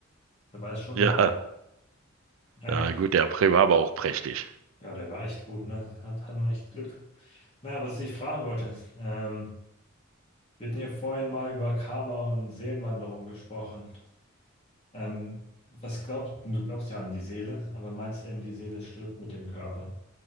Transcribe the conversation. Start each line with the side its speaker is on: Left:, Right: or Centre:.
Left: Dabei ist schon
Right: Ja,
Left: Mai. Naja,
Right: ja, gut, der April war aber auch prächtig.
Left: ja, der war echt gut, ne? Hat, hatten wir echt Glück. Naja, was ich fragen wollte, ähm, wir hatten hier vorhin mal über Karma und Seelenwanderung gesprochen. Ähm, was glaubst du, Du glaubst ja an die Seele, aber meinst eben, die Seele stirbt mit dem Körper.